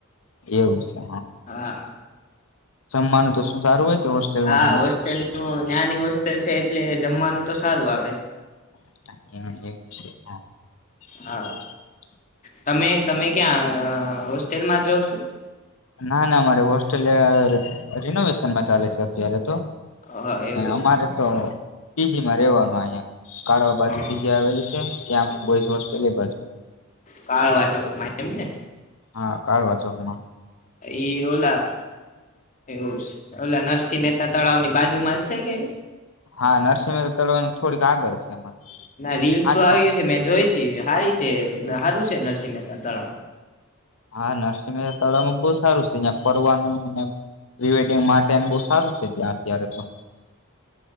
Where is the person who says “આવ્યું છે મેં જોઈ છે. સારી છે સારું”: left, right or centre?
Left